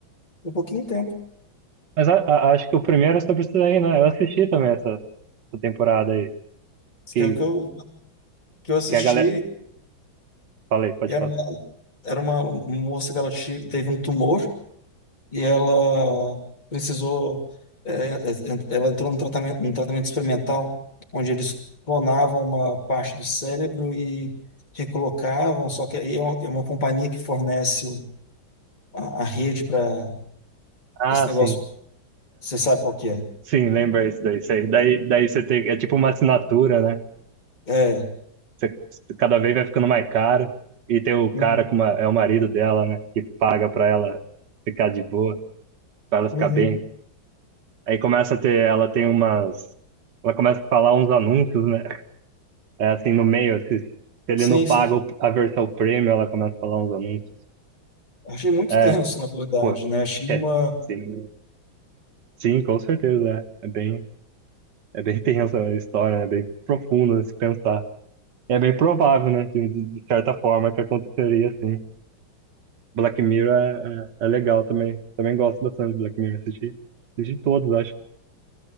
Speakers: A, on the left; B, on the right.
A: Um pouquinho de tempo,
B: Mas a, a- acho que o primeiro é sobre isso daí, né? Eu assisti também essa, essa temporada aí, que
A: que é o que eu, que eu assisti.
B: que a galera, falei, pode
A: E era
B: falar.
A: uma, era uma moça que ela ti- teve um tumor e ela precisou. é, é, é, ela entrou num tratamento, num tratamento experimental, onde eles clonavam uma parte do cérebro e recolocavam. Só que aí é uma, é uma companhia que fornece o- a, a rede para
B: Ah,
A: esse negócio.
B: sim.
A: Você sabe qual que é?
B: Sim, lembra isso daí. Sei. Daí, daí você tem. É tipo uma assinatura, né?
A: É.
B: Você, cada vez vai ficando mais caro. E tem o cara
A: Uhum.
B: com uma, é o marido dela, né? Que paga pra ela ficar de boa, pra ela ficar
A: uhum,
B: bem. Aí começa a ter. Ela tem umas. Ela começa a falar uns anúncios, né? É assim, no meio. Se, se ele
A: Sim,
B: não paga
A: sim.
B: o- a versão premium, ela começa a falar uns anúncios.
A: Achei muito
B: É,
A: tenso, na verdade,
B: pô.
A: né? Achei
B: <laughs>
A: uma.
B: É, sim. Sim, com certeza. É, é bem. É bem <laughs> tensa a história, é bem profundo se pensar. É bem provável, né? De, de de certa forma que aconteceria assim. Black Mirror é, é, é legal também. Também gosto bastante de Black Mirror. Assisti, assisti todos, acho.